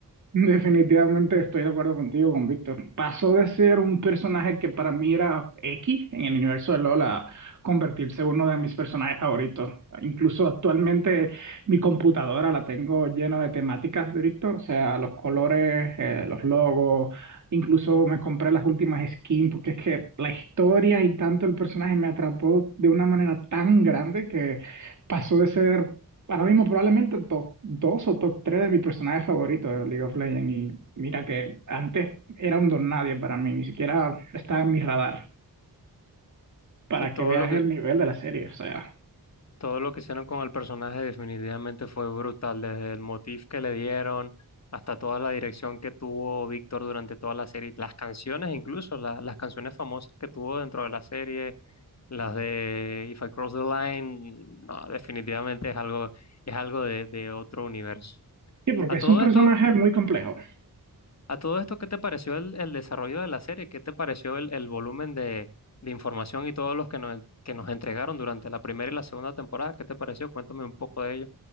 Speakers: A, on the right; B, on the left.
A: Definitivamente estoy de acuerdo contigo, con Víctor. Pasó de ser un personaje que para mí era X en el universo de LoL a convertirse en uno de mis personajes favoritos. Incluso actualmente mi computadora la tengo llena de temáticas de Víctor, o sea, los colores, eh, los logos, incluso me compré las últimas skins, porque es que la historia y tanto el personaje me atrapó de una manera tan grande que pasó de ser Ahora mismo probablemente top 2 o top 3 de mis personajes favoritos de League of Legends. Y mira que antes era un don nadie para mí, ni siquiera estaba en mi radar, para
B: Sí, todo
A: que veas
B: lo que,
A: el nivel de la serie. O sea,
B: Todo lo que hicieron con el personaje definitivamente fue brutal, desde el motif que le dieron hasta toda la dirección que tuvo Víctor durante toda la serie, las canciones incluso, la- las canciones famosas que tuvo dentro de la serie, las de If I Cross the Line, no, definitivamente es algo, es algo de, de otro universo.
A: sí, porque
B: A
A: es
B: todo
A: un personaje
B: esto,
A: muy complejo.
B: a todo esto, ¿qué te pareció el, el desarrollo de la serie? ¿Qué te pareció el, el volumen de, de información y todos los que nos, que nos entregaron durante la primera y la segunda temporada? ¿Qué te pareció? Cuéntame un poco de ello.